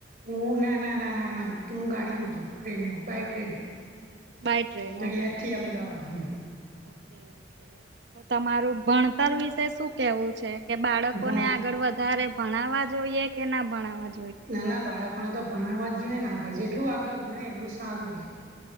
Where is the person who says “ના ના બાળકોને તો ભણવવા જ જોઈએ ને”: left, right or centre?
Right